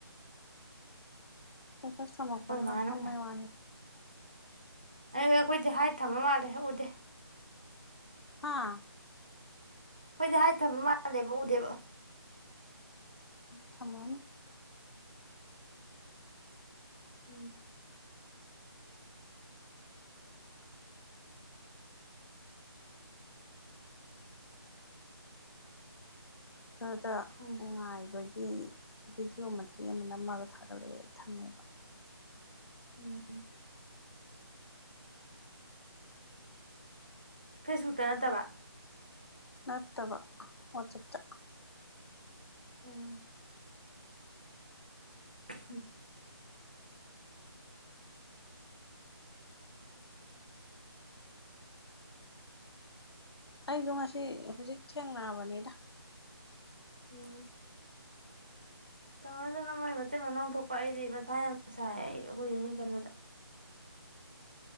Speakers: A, on the left; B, on the right.
A: ꯏꯁꯇꯦꯇꯁ ꯊꯝꯃꯛꯄꯗꯨꯗ
B: ꯑꯩꯈꯣꯏ ꯃꯥꯅ
A: ꯈꯪꯕꯩ ꯋꯥꯅꯤꯗ
B: ꯑꯩꯈꯣꯏꯗꯤ ꯍꯥꯏꯠ ꯊꯝꯕ ꯃꯥꯜꯂꯦ ꯎꯗꯦ
A: ꯍꯥꯥ
B: ꯈꯣꯏꯗꯤ ꯍꯥꯏꯠ ꯊꯝꯕ ꯃꯥꯜꯂꯦꯕ ꯎꯗꯦꯕ
A: ꯊꯝꯃꯝꯅꯤ
B: ꯎꯝ
A: ꯇ
B: ꯈꯪꯗꯦ
A: ꯉꯥꯏꯕ ꯚꯤꯗꯤꯑꯣ ꯃꯇꯦꯛ ꯑꯃꯅ ꯅꯝꯃꯒ ꯊꯥꯒꯠꯂꯛꯑꯦ ꯊꯝꯃꯦꯕ
B: ꯎꯝ ꯐꯦꯁꯕꯨꯛꯇ ꯅꯠꯇꯕ
A: ꯅꯠꯇꯕ ꯋꯥꯆꯞꯇ
B: ꯎꯝ ꯎꯝ
A: ꯑꯩꯁꯨ ꯉꯁꯤ ꯍꯧꯖꯤꯛ ꯊꯦꯡꯅꯕꯅꯤꯗ
B: ꯎꯝ ꯇꯧꯃꯗꯅ ꯃꯣꯏ ꯃꯇꯩ ꯃꯅꯥꯎ ꯊꯣꯛꯄ ꯑꯩꯗꯤ ꯃꯊꯥ ꯌꯥꯝ ꯁꯥꯏ ꯑꯩꯈꯣꯏ ꯌꯨꯝꯒꯤ ꯈꯟꯕꯗ